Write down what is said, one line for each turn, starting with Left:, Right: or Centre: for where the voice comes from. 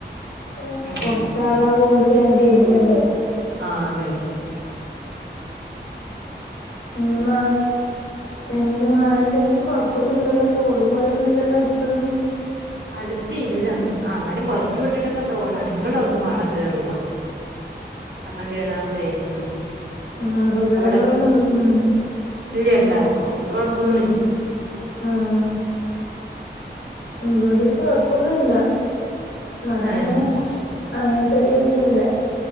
Left: <unintelligible>
Right: ആഹ്
Left: കൊറച്ചാളാവോണ്ട് വേം കയ്യല്ലോ
Right: ആഹ കൈയും
Left: <unintelligible> പിന്നെ എങ്ങനെ മഴ ഉണ്ടെങ്കി കൊഴപ്പൊന്നുംല്ലല്ലോ തോടുമ്പോഴേൊന്നുംല്ലല്ലോ അടുത്തന്നും
Right: അടുത്ത ഇല്ല ആ എന്നാലും കൊർച്ച് വിട്ടിട്ടൊക്കെ തോടാണ്. ഇങ്ങട്ടൊന്നും വള്ളം കേറൂല ള്ളം കേറാത്തൊരു ഏരിയാണ്
Left: ആ അപകടങ്ങളൊന്നും
Right: അവിടൊക്കെ
Left: ഉം ഉം
Right: ഇല്ല ഉണ്ടാവൂല
Left: ഉ
Right: വല്യ കൊഴപ്പൊന്നുല്ല
Left: ഉ ആഹ് ബ്ബടെ കൊഴപ്പൊന്നുല്ല ബടങ്ങനെ
Right: ഏഹ്
Left: അങ്ങനത്തെ രീതിയല്ല